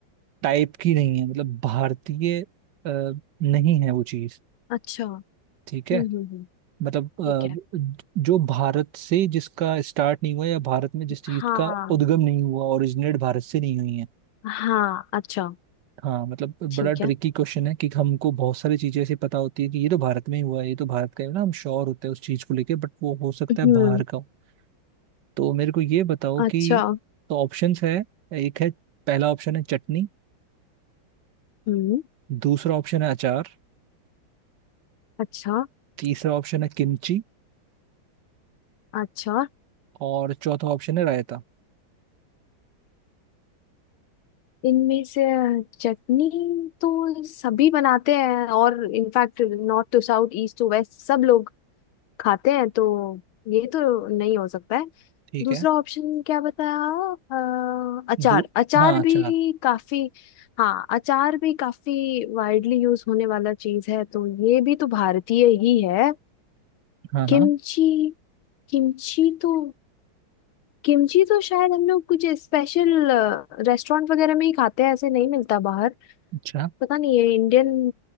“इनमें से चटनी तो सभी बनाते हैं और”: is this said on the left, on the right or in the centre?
Left